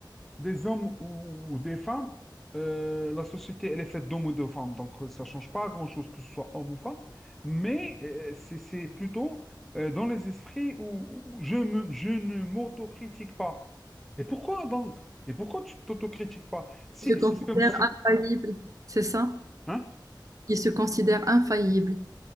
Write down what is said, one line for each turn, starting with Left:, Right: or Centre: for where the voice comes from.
Centre: Des hommes ou, ou des femmes, euh, la société, elle est faite d'hommes ou de femmes, donc euh, ça change pas grand-chose que ce soit homme ou femme, mais euh, c'est c'est plutôt euh, dans les esprits où, où je me, je ne m'autocritique pas. Et pourquoi donc? Et pourquoi tu t'autocritiques pas? Si,
Right: Ils se considèrent
Centre: si c'est comme, c'est
Right: infaillibles,
Centre: comme-
Right: c'est ça?
Centre: hein?
Right: Ils se considèrent infaillibles.